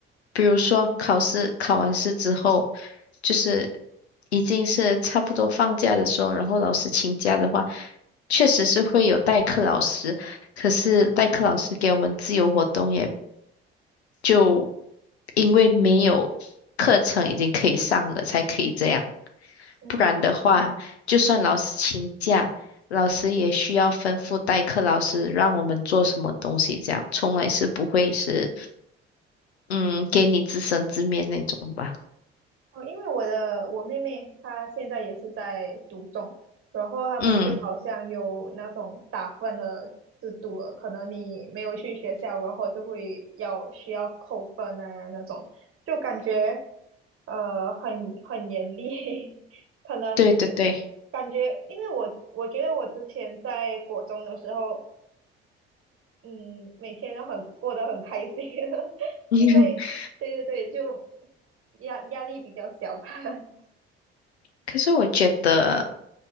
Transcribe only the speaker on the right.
<laughs> 嗯。
哦，因为我的我妹妹她现在也是在读中，然后他们就好像有那种打分的制度了，
可能你没有去学校，然后就会要需要扣分啊那种，就感觉呃很很严厉，<laughs> 可能
感觉因为我我觉得我之前在国中的时候，嗯，每天都很过得很开心，<laughs>
因为对对对，就压压力比较小吧。<laughs>